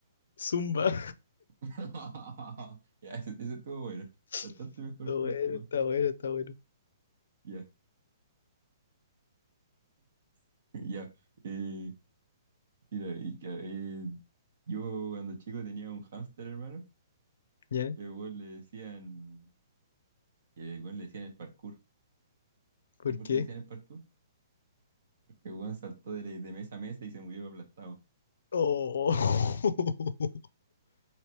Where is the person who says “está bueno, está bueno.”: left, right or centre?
Left